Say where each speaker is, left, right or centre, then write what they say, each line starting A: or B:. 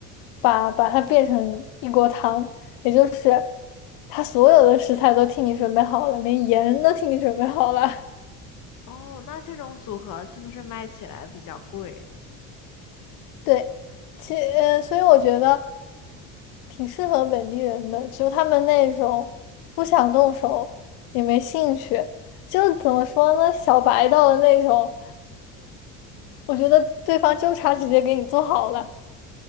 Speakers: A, on the left; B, on the left.
A: 把把它变成一锅汤。也就是他所有的食材都替你准备好了，连盐都替你准备好了。
B: 哦，那这种组合是不是卖起来比较贵？
A: <laughs> 对，其呃，所以我觉得挺适合本地人的，就他们那种不想动手也没兴趣，就是怎么说呢，小白到的那种，我觉得对方就差直接给你做好了，